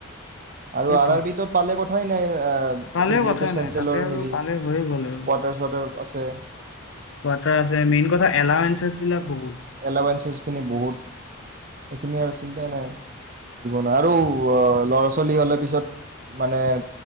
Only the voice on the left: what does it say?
সেইটোৱে
পালে
কথাই
নাই তাতে আৰু
পালে হৈয়ে গ'ল আৰু।
কোৱাটাৰ আছে মেইন কথা এলাইঞ্চেছ বিলাক বহুত।